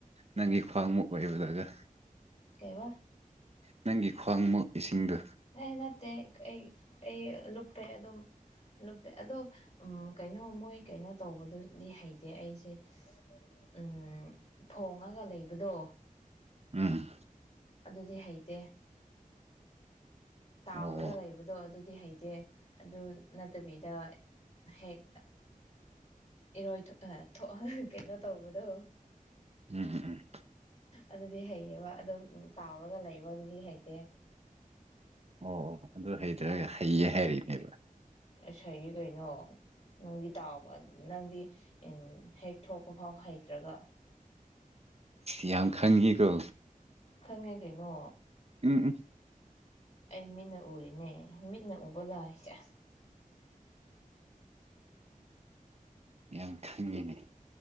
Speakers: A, on the right; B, on the left.
A: ꯅꯪꯒꯤ ꯈ꯭ꯋꯥꯡꯃꯨꯛ ꯑꯣꯏꯕꯗꯒ
B: ꯀꯕꯥ
A: ꯅꯪꯒꯤ ꯈ꯭ꯋꯥꯡ ꯃꯣꯛ ꯏꯁꯤꯡꯗꯣ
B: ꯑꯦ ꯅꯠꯇꯦ ꯑꯩ ꯑꯩ ꯂꯨꯞꯄꯦ ꯑꯗꯨꯝ ꯂꯨꯞꯄ ꯑꯗꯣ ꯎ ꯀꯩꯅꯣ ꯃꯣꯏ ꯀꯩꯅꯣ ꯇꯧꯕꯗꯨꯗꯤ ꯍꯩꯇꯦ ꯑꯩꯁꯦ ꯎꯝ ꯊꯣꯡꯉꯒ ꯂꯩꯕꯗꯣ
A: ꯑꯝ
B: ꯑꯗꯨꯗꯤ ꯍꯩꯇꯦ ꯇꯥꯎꯔꯒ
A: ꯑꯣ
B: ꯂꯩꯕꯗꯣ ꯑꯗꯨ ꯗꯤ ꯍꯩꯇꯦ ꯑꯗꯨ ꯅꯠꯇꯕꯤꯗ ꯍꯦꯛ ꯏꯔꯣꯏ ꯑ ꯊꯣꯛ ꯀꯩꯅꯣ ꯇꯧꯕꯗꯣ
A: ꯎꯝ ꯎꯝ ꯎꯝ
B: ꯑꯗꯨꯗꯤ ꯍꯩꯌꯦꯕ ꯑꯗꯨꯝ ꯇꯥꯎꯔꯒ ꯂꯩꯕ ꯑꯗꯨꯗꯤ ꯍꯩꯇꯦ
A: ꯑꯣ ꯑꯣ ꯑꯗꯨ ꯍꯩꯇ꯭ꯔꯒ ꯍꯩꯌꯦ ꯍꯥꯏꯔꯤꯏꯅꯦꯕ
B: ꯁꯌꯦ ꯀꯩꯅꯣ ꯅꯪꯗꯤ ꯇꯥꯎꯕ ꯅꯪꯗꯤ ꯎ ꯍꯦꯛ ꯊꯣꯛꯄ ꯐꯥꯎ ꯍꯩꯇ꯭ꯔꯒ
A: ꯌꯥꯝ ꯈꯪꯉꯀꯣ
B: ꯈꯪꯉꯦ ꯀꯩꯅꯣ
A: ꯎ
B: ꯑꯩ ꯃꯤꯠꯅ ꯎꯔꯤꯅꯦ ꯃꯤꯠꯅ ꯎꯕ ꯂꯥꯛꯑꯁꯦ
A: ꯌꯥꯝ ꯈꯪꯒꯅꯦꯅꯤ